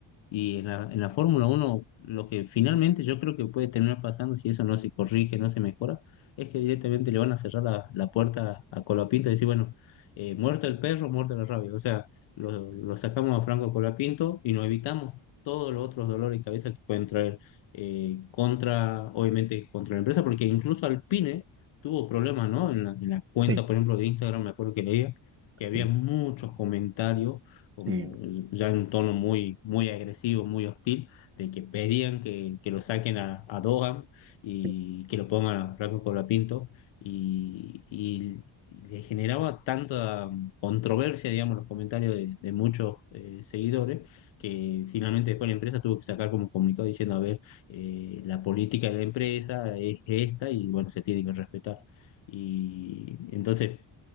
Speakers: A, on the left; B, on the right.
A: y en la, en la Fórmula uno lo que finalmente yo creo que puede terminar pasando, si eso no se corrige, no se mejora, es que directamente le van a cerrar la, la puerta a Colapinto y decir, bueno, eh, muerto el perro, muerto la rabia. O sea, lo, lo sacamos a Franco Colapinto y nos evitamos todos los otros dolores de cabeza que pueden traer eh, contra, obviamente, contra la empresa, porque incluso Alpine tuvo problemas, ¿no? En la, en las cuentas,
B: Sí,
A: por ejemplo, de Instagram, me acuerdo que leía que había
B: sí,
A: muchos comentarios, como
B: sí,
A: ya en un tono muy, muy agresivo, muy hostil, de que pedían que, que lo saquen a, a Dogan y
B: sí,
A: que lo pongan a Franco Colapinto, y, y y le generaba tanta controversia, digamos, los comentarios de, de muchos eh, seguidores, que finalmente después la empresa tuvo que sacar como un comunicado diciendo, a ver, eh, la política de la empresa es esta y bueno, se tiene que respetar. Y entonces,